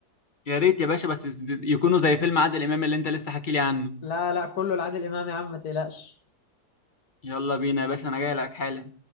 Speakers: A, on the left; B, on the left.
A: يا ريت يا باشا بس يز- يكونوا زي فيلم عادل امام اللي انت لسه حكي لي عنه
B: لا لا كله لعادل امام يا عم ما تقلقش
A: يلا بينا يا باشا انا جاي لك حالا